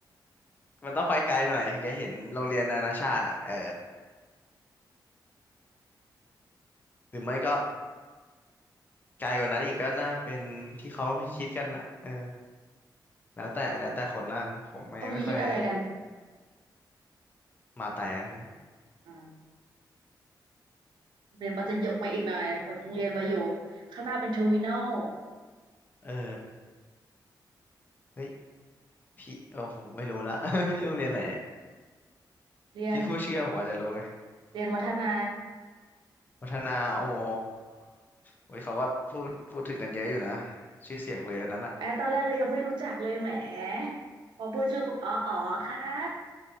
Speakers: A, on the left; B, on the right.
A: มันต้องไปไกลหน่อยถึงจะเห็นโรงเรียนนานาชาติอ่ะเออหรือไม่ก็ ไกลกว่านั้นอีกก็น่าเป็นที่เขาคิดกันนะเออแล้วแต่แล้วแต่คนนั่นผมไม่ไม่ค่อย
B: เขามีคิดอะไรกัน
A: มาแต่อะพี่
B: อืมเรียนประจะยกไปอีกหน่อยเปิดโรงเรียนไปอยู่ข้างหน้าเป็นเทอร์มินอล
A: เออเฮ้ยพี่เออผมไม่รู้ละ <laughs> พี่โรงเรียนอะไรเนี่ย
B: เรียน
A: พี่ผู้เชื่อผมอาจจะรู้ไง
B: เรียนวัฒนา
A: วัฒนาโอ้โหโอ้ยเขาก็พูดพูดถึงกันเยอะอยู่นะชื่อเสียงโรงเรียนนั้นอะ
B: แม้ตอนแรกเลยยังไม่รู้จักเลยแหมพอพูดชื่อปุ๊บอ๋ออ๋อครับ